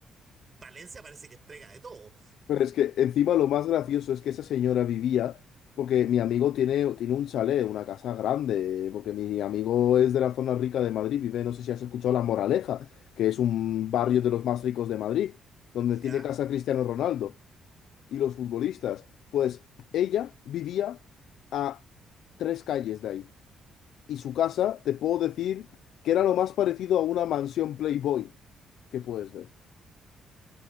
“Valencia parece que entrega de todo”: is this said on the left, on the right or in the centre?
Right